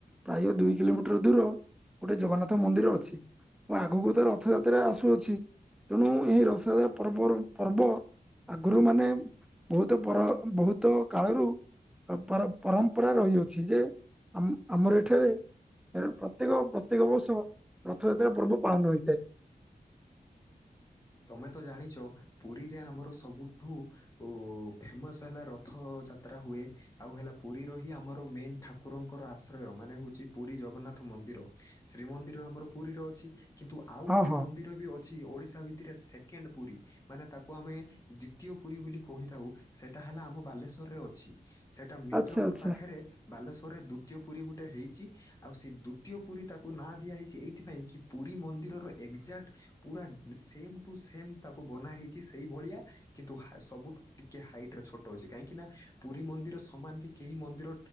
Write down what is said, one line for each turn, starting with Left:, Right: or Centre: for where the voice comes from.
Centre: ପ୍ରାୟ ଦୁଇ କିଲୋମିଟର ଦୂର। ଗୋଟେ ଜଗନ୍ନାଥ ମନ୍ଦିର ଅଛି। ହଁ ଆଗକୁ ତ ରଥଯାତ୍ରା ଆସୁଅଛି ତେଣୁ ଏହି ରଥଯାତ୍ରା ପର୍ବର ପର୍ବ। ଆଗରୁ ମାନେ ବହୁତ ପର ବହୁତ କାଳରୁ ପର ପରମ୍ପରା ରହିଅଛି ଯେ ଆମର ଏଠାରେ ପ୍ରତ୍ୟେକ ପ୍ରତ୍ୟେକ ବର୍ଷ ରଥଯାତ୍ରା ପର୍ବ ପାଳନ ହୋଇଥାଏ।
Left: ତୁମେ ତ ଜାଣିଛ ପୁରୀରେ ଆମର ସବୁଠୁ ଓ ଫେମସ୍ ହେଲା ରଥଯାତ୍ରା ହୁଏ। ଆଉ ହେଲା ପୁରୀର ହିଁ ଆମର ମେନ୍ ଠାକୁରଙ୍କର ଆଶ୍ରୟ ମାନେ ହେଉଛି ପୁରୀ ଜଗନ୍ନାଥ ମନ୍ଦିର। ଶ୍ରୀମନ୍ଦିର ଆମର ପୁରୀରେ ଅଛି କିନ୍ତୁ ଆଉ
Centre: ହଁ
Left: ଗୋଟେ
Centre: ହଁ
Left: ମନ୍ଦିର ବି ଅଛି ଓଡିଶା ଭିତରେ ସେଥିରେ ସେକେଣ୍ଡ ପୁରୀ। ମାନେ ତାକୁ ଆମେ ଦ୍ଵିତୀୟ ପୁରୀ ବୋଲି କହିଥାଉ ସେଇଟା ହେଲା ଆମ ବାଲେଶ୍ୱରରେ ଅଛି। ସେଇଟା ମିତ୍ରପୁର
Centre: ଆଚ୍ଛା ଆଚ୍ଛା
Left: ପାଖରେ। ବାଲେଶ୍ଵରରେ ଦ୍ଵିତୀୟ ପୁରୀ ଗୋଟେ ହେଇଛି ଆଉ ସେଇ ଦ୍ଵିତୀୟ ପୁରୀ ତାକୁ ନାଁ ଦିଆହେଇଛି ଏଇଥିପାଇଁ କି? ପୁରୀ ମନ୍ଦିରର ଏକ୍ଜାକ୍ଟ ପୁରା ସେମ୍ ଟୁ ସେମ୍ ତାକୁ ବନା ହେଇଛି ସେଇଭଳିଆ କିନ୍ତୁ ସବୁଠୁ ଟିକେ ହାଇଟରେ ଛୋଟ ଅଛି କାହିଁକିନା ପୁରୀ ମନ୍ଦିର ସମାନରେ କେହି ମନ୍ଦିର